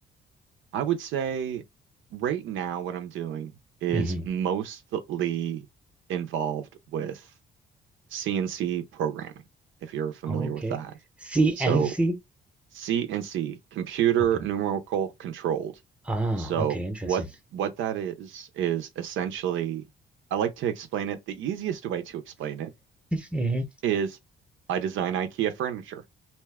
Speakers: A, on the right (about 75°); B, in the centre.
A: I would say right now what I'm doing is
B: hmm
A: mostly involved with CNC programming, if you're familiar
B: Oh, okay.
A: with that.
B: CNC?
A: So CNC, computer
B: Okay.
A: numerical controlled.
B: Ah,
A: So
B: okay, interesting.
A: what what that is is essentially, I like to explain it. The easiest way to explain it
B: hmm
A: is I design IKEA furniture.